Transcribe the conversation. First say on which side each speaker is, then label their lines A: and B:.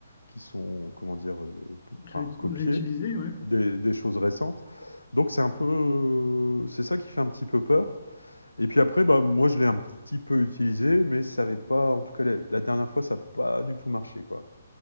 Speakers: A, on the left; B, on the left.
A: qui sont comment dire, euh,
B: Réut-
A: enfin, copiés,
B: réutiliser, ouais.
A: des, des choses récentes. Donc c'est un peu, euh, c'est ça qui fait un petit peu peur. Et puis après, bah, moi je l'ai un petit peu utilisé, mais ça n'avait pas, en tout cas la la dernière fois, ça n'a pas du tout marché, quoi.